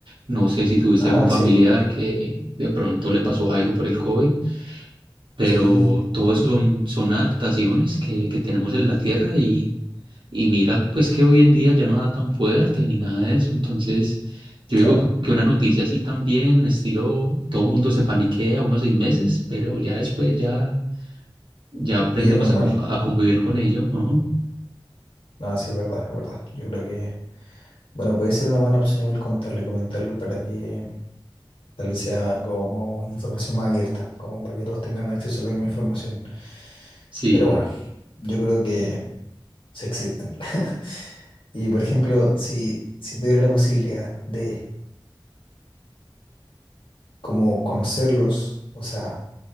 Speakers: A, on the right; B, on the left.
A: No sé si tuviste
B: Ah,
A: algún familiar
B: sí,
A: que de pronto le pasó algo por el COVID. pero
B: sí,
A: todo eso son, son adaptaciones que, que tenemos en la Tierra y, y mira, pues que hoy en día ya no da tan fuerte ni nada de eso, entonces yo
B: claro,
A: digo que que una noticia así también, estilo, todo el mundo se paniquea unos seis meses, pero ya después ya, ya aprendemos
B: bien normal.
A: a, con- a convivir con ello, ajá.
B: Ah, sí, es verdad, es verdad. Yo creo que, bueno, puede ser una buena opción igual contarlo y comentarlo para que Tal vez sea como información más abierta, como para que todos tengan acceso a la misma información.
A: Sí,
B: Pero bueno, yo creo que se existen. <laughs> Y por ejemplo, si, si tuvieras la posibilidad de como conocerlos, o sea,